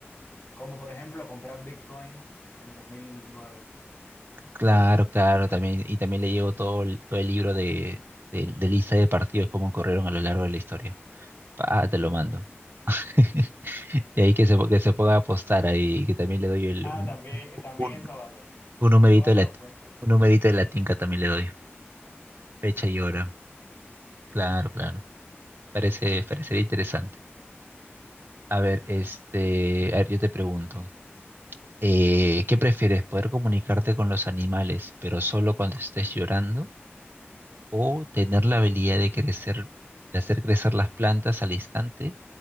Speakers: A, on the left; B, on the right.
A: Como por ejemplo comprar Bitcoin en dos mil nueve.
B: Claro,
A: <laughs>
B: claro, también, y también le llevo todo el, todo el libro de, de, de lista de partidos, cómo corrieron a lo largo de la historia. Ah, te lo mando. <laughs> Y ahí que se, que se ponga a apostar ahí, que también le doy el,
A: Ah,
B: un,
A: también, también
B: un,
A: esa vale.
B: un numerito
A: Todas
B: de
A: las
B: la,
A: apuestas.
B: un numerito de la tinca también le doy. Fecha y
A: <laughs>
B: hora. Claro, claro. Parece, parecería interesante. A ver, este, a ver, yo te pregunto, eh, ¿qué prefieres? ¿Poder comunicarte con los animales, pero solo cuando estés llorando? o tener la habilidad de crecer, de hacer crecer las plantas al instante,